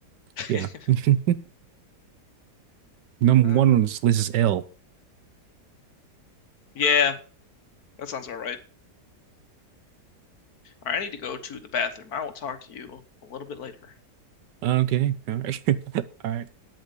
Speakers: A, on the left; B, on the right.
A: <laughs>
B: Yeah. <laughs> Number
A: Uh,
B: one on this list is L.
A: yeah, that sounds about right. All right, I need to go to the bathroom. I will talk to you a little bit later.
B: Okay. All right. <laughs> All right.